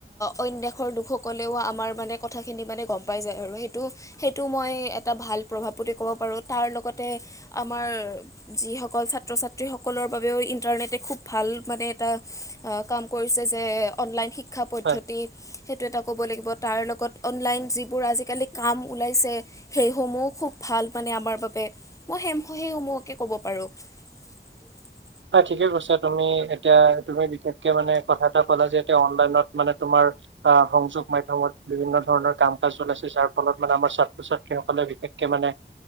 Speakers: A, on the left; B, on the right.
A: অন্য দেশৰ লোকসকলেও আমাৰ মানে কথাখিনি মানে গম পাই যায় আৰু সেইটো সেইটো মই এটা ভাল প্ৰভাৱ প্ৰতি ক'ব পাৰো তাৰ লগতে আমাৰ যিসকল ছাত্ৰ ছাত্ৰীসকলৰ বাবেও ইণ্টাৰনেটে খুব ভাল মানে এটা আহ কাম কৰিছে যে অনলাইন শিক্ষা পদ্ধতি
B: হয়।
A: সেইটো এটা ক'ব লাগিব তাৰ লগত অনলাইন যিবোৰ আজিকালি কাম ওলাইছে সেইসমূহ খুব ভাল মানে আমাৰ বাবে মই হে সেই সমূহকে কব পাৰো <unintelligible>
B: হয় ঠিকে কৈছা তুমি এতিয়া তুমি বিশেষকে মানে কথা এটা কলা যে এতিয়া অনলাইনত মানে তোমাৰ সংযোগ মাধ্যমত বিভিন্ন ধৰণৰ কাম কাজ ওলাইছে যাৰ ফলত মানে আমাৰ ছাত্ৰ ছাত্ৰীসকলে বি- বিশেষকে মানে